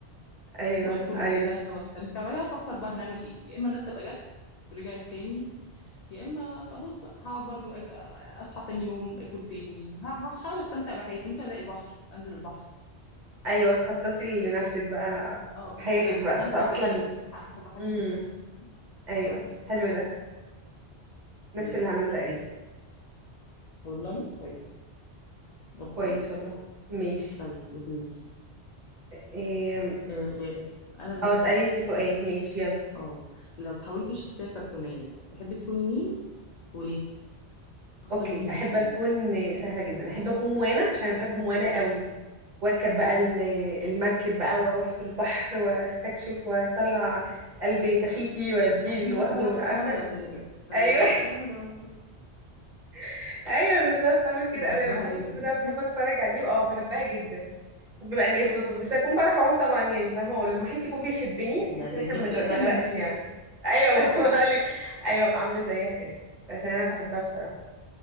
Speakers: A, on the right (about 45°); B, on the left (about 55°).
A: ايوه
B: واكل
A: ايوه
B: وكده واستمتع وبعدين افكر بقى هنعمل ايه يا اما الناس تبقى جت رجعت تاني يا اما خلاص بقى هقعد برضو أج- اصحى تاني يوم اكل تاني ه- هحاول استمتع بحياتي ممكن الاقي بحر انزل البحر
A: ايوه تخططي لنفسك بقى
B: اه
A: حياتك
B: لا
A: بقى
B: هستمتع
A: تتاقلمي
B: جدا ه- هتبقى حاجه
A: امم
B: ممتعه
A: ايوه
B: بصراحه
A: حلو ده نفس
B: جامد
A: اللي هعمله تقريبا
B: والله طيب اوكي
A: كويس والله ماشي
B: طيب قولي
A: إيه...
B: آه انا اللي
A: اه
B: هسأل
A: اسالي انتي سؤال ماشي يلا
B: اه لو تحولتي شخصيه كرتونيه تحبي تكوني مين وليه تختاري
A: اوكي
B: مين
A: احب
B: تبقي
A: اكون سهله جدا احب اكون موانا عشان انا بحب موانا قوي واركب بقى ال- المركب بقى واروح في البحر واستكشف واطلع قلبي تفيتي واديه
B: احنا
A: اللي واخده
B: رحالة
A: عارفه
B: بنقرا
A: ايوه
B: الإشارات
A: <laughs> ايوه بالظبط اعمل كده
B: بحبها
A: أوي. انا بحب
B: جدا
A: الفيلم ده بحب اتفرج عليه اه بحبها جدا بحب بقى نيات
B: اه
A: مطب بس اكون بعرف اعوم طبعا يعني فاهمه والمحيط يكون بيحبني بحيث
B: ده
A: ان
B: ده-
A: احنا
B: دي
A: ما
B: بتركب
A: نغرق- ما نغرقش
B: الموج
A: يعني ايوه <laughs> ما
B: اه
A: انا بقول لك ايوه ببقى عامله زيها كده عشان انا بحبها بصراحه